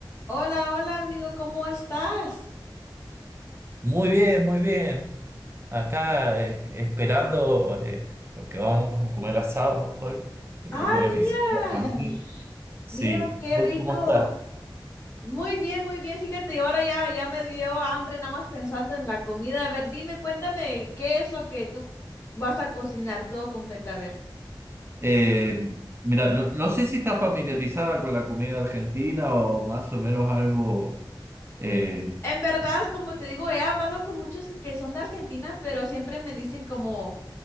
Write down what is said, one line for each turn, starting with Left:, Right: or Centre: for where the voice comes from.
Left: Hola, hola amigo, ¿cómo estás?
Right: Muy bien, muy bien. Acá eh, esperando, eh, porque vamos a comer asado hoy. Viene
Left: Ay,
Right: visitar
Left: mira,
Right: familia. Sí,
Left: mira qué
Right: ¿vos
Left: rico.
Right: cómo estás?
Left: Muy bien, muy bien. Fíjate, ahora ya, ya me dio hambre nada más pensando en la comida. A ver, dime, cuéntame, ¿qué es lo que tú vas a cocinar todo completo? A ver,
Right: Eh, mira, no, no sé si estás familiarizada con la comida argentina o más o menos algo. eh,
Left: en verdad, como te digo, he hablado con muchos que son de Argentina, pero siempre me dicen como